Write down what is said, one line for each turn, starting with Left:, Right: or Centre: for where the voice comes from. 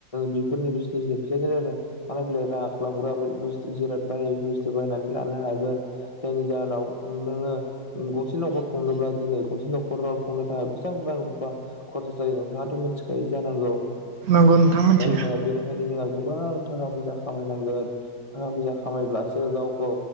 Left: बेफोरनि बिजनेसनि फैसाजों थलाय फैलाय राहा खालामग्रा बे जिराद बाय बुस्थु बायना हानो लानो हागोन जायनि जाहोनाव नोङो गंसे न'खर खुंनोब्ला दिनै गंसे न'खराव खुंनो थाखाय बेसेबां रां रुफा खरसा जायो नोंथाङाथ' मिथिखायो जानांगौ
Right: नंगौ नोंथां मिथियो।
Left: जायनि थाखाय बेनिखायनो जोंहा गो बां थाखा फैसा खामायनांगोन थाखा फैसा खामायब्लासो गावखौ